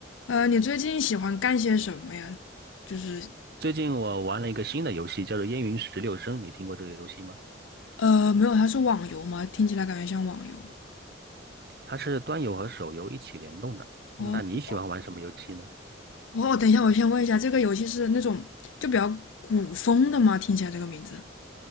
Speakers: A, on the left; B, on the right.
A: 呃，你最近喜欢干些什么呀？就是
B: 最近我玩了一个新的游戏，叫做《烟云十六声》，你听过这个游戏吗？
A: 呃，没有，它是网游吗？听起来感觉像网游。
B: 它是端游和手游一起联动的。那你喜欢玩什么游戏呢？
A: 哦哦，等一下，我先问一下，这个游戏是那种就比较古风的吗？听起来这个名字。